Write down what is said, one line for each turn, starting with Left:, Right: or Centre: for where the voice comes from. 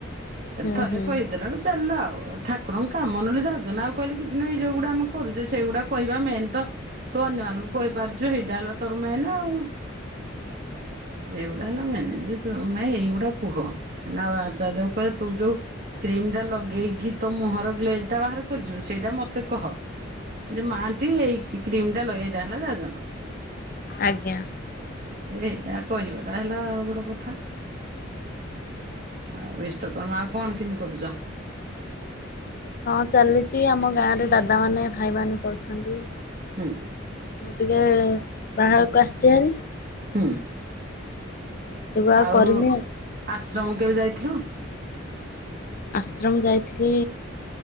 Left: ହୁଁ
Right: ଥରେ
Left: ହୁଁ
Right: କହିଦେଡୁ ଚାଲିଲ ଆଉ ଠାକୁରଙ୍କ କାମ ନେଲେ ଯାଜନା ଆଉ କହିଲେ କିଛି ନହିଁ ଯୋଉ ଗୋଡା ଆମ କରୁଛେ ସେଗୁଡା କହିବା ମେନ୍ ତ। ତୁ ଅନ୍ୟମାନଙ୍କୁ କହିପାରୁଛୁ ଏଇଟା ହେଲା ତୋର ମେନ ଆଉ ଏଗୁଡା ହେଲା ମ୍ୟାନେଜ ତୁ ନାଇ ଏଗୁଡା କୁହ ଆଉ ଆ ଦେକୁ କହିଲ ତୁ ଯୋଉ କ୍ରିମ ଟା ଲଗେଇକି ତୋ ମୁହଁର ଗ୍ଲେଜ ଟା ବାହାର କରିଛୁ ସେଇଟା ମତେ କହ। ଯେ ମହାନ୍ତି ଏଇ କ୍ରିମ ଟା ଲଗେଇଟା ହେଲା ଯ <unintelligible>
Left: ଆଜ୍ଞା
Right: ରେ ଏଇଟା କହିବାଟା ହେଲା ଆଉ ବଡ କଥା। ଆଉ ରିଷ୍ଟ କର୍ମ ଆଉ କଣ କେମିତି କରୁଛ?
Left: ହଁ ଚାଲିଛି ଆମ ଗାଁରେ ଦାଦାମାନେ ଭାଇମାନେ କରୁଛନ୍ତି।
Right: ହୁଁ
Left: ମୁଁ ଟିକେ ବାହାରକୁ ଆସିଛି ହାରି
Right: ହୁଁ।
Left: ଏଇ ଯୋଗୁ
Right: ଆଉ
Left: କରିନି
Right: ଆଶ୍ରମ କେବେ ଯାଇଥିଲୁ?
Left: ଆଶ୍ରମ ଯାଇଥିଲି